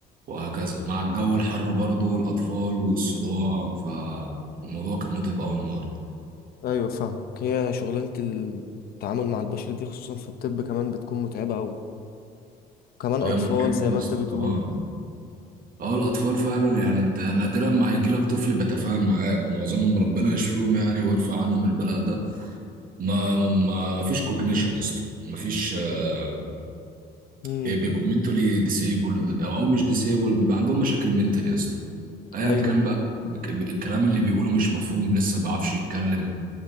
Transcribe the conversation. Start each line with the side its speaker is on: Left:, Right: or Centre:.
Right: وهكذا مع الجو الحر برضه والاطفال والصداع فالموضوع كان متعب قوي النهارده
Left: ايوه فاهمك هي شغلانه التعامل مع البشر دي خصوصا في الطب كمان بتكون متعبه قوي كمان
Right: هي
Left: اطفال
Right: متعبة
Left: زي ما
Right: يا اسطى
Left: انت بتقول
Right: اه اه الاطفال فعلا يعني انت نادرا ما هيجي لك طفل بيتفاهم معاك معظمهم ربنا يشفيهم يعني ويرفع عنهم البلاء ده ما ما فيش كوجنيشن يا اسطى ما فيش آه،
Left: امم
Right: بيبقوا منتولي ديسيبلد او مش ديسيبلد بيبقى عندهم مشاكل منتال يا اسطى ايا
Left: ايوه
Right: كان بقى ك- الكلام اللي بيقوله مش مفهوم لسه ما بيعرفش يتكلم